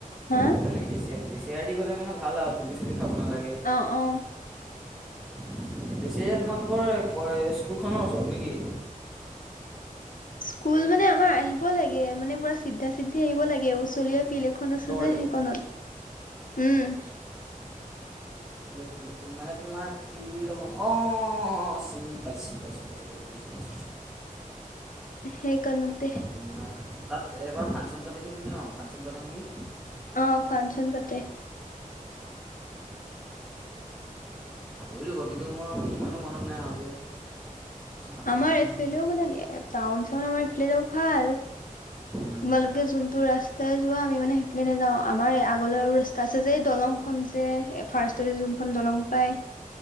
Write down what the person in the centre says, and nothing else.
আমি মানে বেচি বেচিয়াৰ দি গ'লে মানে ভাল আৰু ধূুলি চুলি খাব নালাগে।
বেচেৰিয়া তোমালোকৰ ক স্কুলখনৰ ওচৰত নেকি?
ওচৰতে
ফিল্ডখন মানে তোমাৰ ফিল্ড এখন অ', চিনি পাইছোঁ পাইছোঁ পাইছো পাইছো। বছ বছ।
তোমাৰ তাত এবাৰ ফাংচন পাতিছিলে নেকি ন ফাংচন পাতে নেকি?
পাহৰিলো বাৰু কিন্তু মই মানে ইমানো মনত নাই আৰু যে আছেনে
নাই
উম,